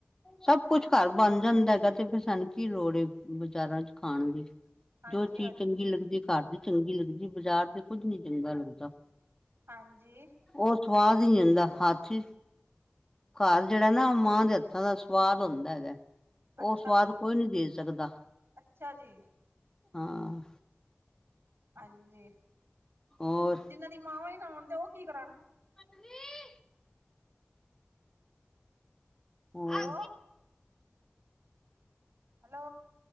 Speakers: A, on the left; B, on the right.
A: ਸਭ ਕੁੱਛ ਘਰ ਬਣ ਜਾਂਦਾ ਹੈਗਾ। ਤੇ ਫਿਰ ਸਾਨੂੰ ਕੀ ਲੋੜ ਬਜ਼ਾਰਾਂ ਚ' ਖਾਣ ਦੀ।
B: ਹਾਂਜੀ,
A: ਜੋ ਚੀਜ਼
B: ਹਾਂਜੀ,
A: ਚੰਗੀ ਲੱਗਦੀ ਘਰ ਦੀ ਚੰਗੀ ਲੱਗਦੀ ਬਾਜ਼ਾਰ ਦੇ ਕੁੱਝ ਨਹੀਂ ਚੰਗਾ ਲੱਗਦਾ।
B: ਹਾਂਜੀ।
A: ਉਹ ਸਵਾਦ ਹੀ ਹੁੰਦਾ ਹੱਥ ਦੀ ਘਰ ਜਿਹੜਾ ਨਾ ਮਾਂ ਦੇ ਹੱਥਾਂ ਦਾ ਸਵਾਦ ਹੁੰਦਾ ਹੈਗਾ। ਉਹ
B: ਅੱਛਾ
A: ਸਵਾਦ
B: ਜੀ,
A: ਕੋਈ ਨੀ ਦੇ ਸਕਦਾ
B: ਅੱਛਾ ਜੀ,
A: ਹਾਂ।
B: ਹਾਂਜੀ,
A: ਹੋਰ
B: ਜਿੰਹਨਾਂ ਦੀ ਮਾਵਾ ਹੀ ਨਾ ਆਉਣ ਤੇ ਉਹ ਕੀ ਕਰਨ।
A: ਹਾਂਜੀ।
B: ਹੈਲੋ,
A: ਹਾਂ।
B: ਹੈਲੋ,